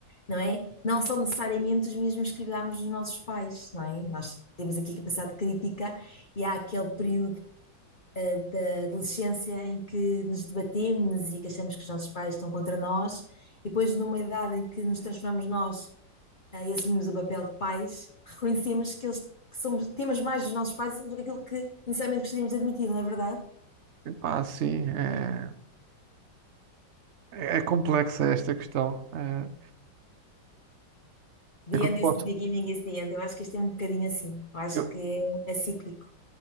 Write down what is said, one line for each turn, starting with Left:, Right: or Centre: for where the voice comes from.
Left: não é? Não são necessariamente os mesmos que herdámos dos nossos pais, não é? Nós temos aqui capacidade crítica e há aquele período, eh, da adolescência em que nos debatemos e que achamos que os nossos pais estão contra nós, e depois, numa idade em que nos transformamos nós ah, e assumimos o papel de pais, reconhecemos que, eles, que somos, temos mais dos nossos pais do que aquilo que inicialmente gostaríamos de admitir, não é verdade?
Right: Epá, sim, é, é complexa esta questão. É, o
Left: The
Right: que é que
Left: end
Right: eu te posso,
Left: is the beginning is the end. Eu acho que isto é um bocadinho assim. Eu acho
Right: eu-
Left: que é, é cíclico.